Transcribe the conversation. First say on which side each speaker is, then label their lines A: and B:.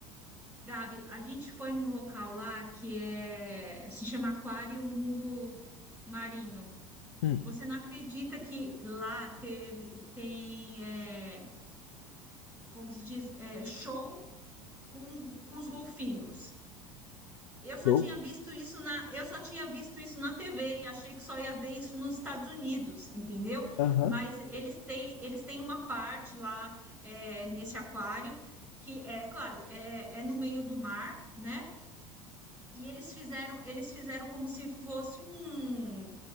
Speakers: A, in the centre; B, on the left (about 55°).
A: Gabi, a gente foi num local lá que é... se chama Aquário Mundo Marinho.
B: Hum.
A: Você não acredita que lá teve, tem, é, como se diz, é, show com, com os golfinhos. Eu só
B: Show.
A: tinha visto isso na, eu só tinha visto isso na TV e achei que só ia ver isso nos Estados Unidos, entendeu?
B: Aham.
A: Mas eles têm, eles têm uma parte lá é, nesse aquário que é, claro, é, é no meio do mar, né? E eles fizeram, eles fizeram como se fosse um,